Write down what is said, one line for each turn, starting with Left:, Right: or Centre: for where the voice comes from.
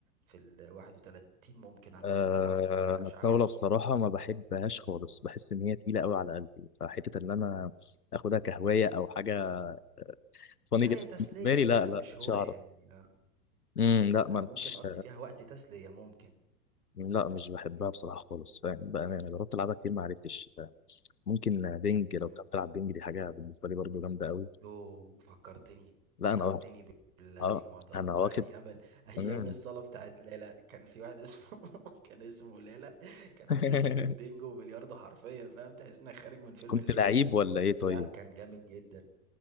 Right: في ال 31 ممكن ألعب
Left: آه،
Right: ألعب وما ازهقش
Left: أنا الطاولة
Right: عادي
Left: بصراحة ما بحبهاش خالص بحس إن هي تقيلة قوي على قلبي فحتة إن أنا آخدها كهواية أو حاجة
Right: مم.
Left: فاني
Right: لا
Left: جدا
Right: هي تسلية
Left: بالنسبة لي
Right: فاهم
Left: لا لا
Right: مش هواية
Left: مش هعرف
Right: يعني
Left: امم لا ما
Right: أنا
Left: أنا
Right: ممكن
Left: مش
Right: أقضي فيها وقت تسلية ممكن
Left: لا مش بحبها بصراحة خالص فاهم بأمانة جربت ألعبها كتير ما عرفتش ممكن بينج
Right: مم.
Left: لو بتعرف تلعب بينج دي حاجة بالنسبة لي برضو جامدة قوي
Right: يوه فكرتني
Left: لا
Right: فكرتني
Left: أنا واخد
Right: بالذي
Left: أه
Right: مضى
Left: أنا واخد
Right: أيام ال... أيام
Left: مم.
Right: الصالة بتاعت ليلى كان في واحد اسمه <laughs> كان اسمه ليلى كان
Left: <laughs>
Right: عنده صالة بينجو وبلياردو حرفيا فاهم تحس إنك خارج من فيلم
Left: كنت
Right: الليمبي
Left: لعيب ولا إيه طيب؟
Right: لا كان جامد جدا